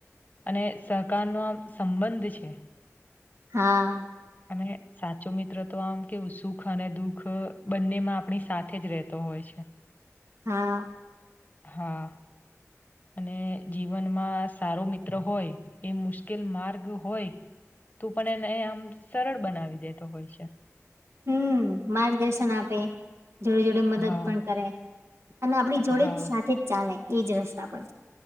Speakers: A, on the left; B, on the right.
A: અને સહકાર નો આમ સંબંધ છે
B: હા
A: અને સાચો મિત્ર તો આમ કે સુખ અને દુખ બંને માં આપણી સાથે જ રહેતો હોય છે અચ્છા
B: હા
A: હા અને જીવનમાં સારો મિત્ર હોય એ મુશ્કેલ માર્ગ હોય તું પણ એને આમ સરળ બનાવી દેતો હોય છે
B: હમ માર્ગદર્શન આપે જોડે જોડે મદદ
A: હા
B: પણ કરે અને આપડી જોડે
A: હા
B: જ સાથે જ ચાલે એજ રસ્તા પર